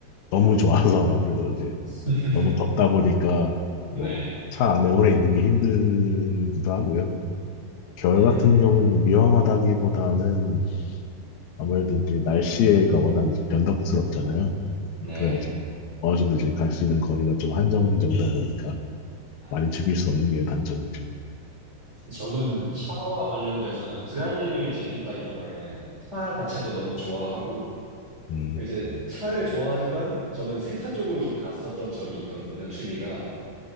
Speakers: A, on the left; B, on the right.
A: 너무 좋아서 아무래도 이제
B: <laughs>
A: 너무 덥다 보니까 뭐
B: 네.
A: 차 안에 오래 있는 게 힘들기도 하고요. 겨울
B: 음,
A: 같은 경우는 위험하다기보다는 아무래도 이제 날씨가 워낙 이제 변덕스럽잖아요.
B: 네.
A: 그래가지고 어느 정도 이제 갈 수 있는 거리가 좀 한정적이다 보니까
B: 아,
A: 많이 즐길 수 없는 게 단점이죠.
B: 저는 차와 관련돼서는 드라이빙을 즐긴다기보다는 차 자체도 너무 좋아하고,
A: 음,
B: 이제 차를 좋아하지만 저는 세차 쪽으로 좀 갔었던 적이 있거든요, 취미가.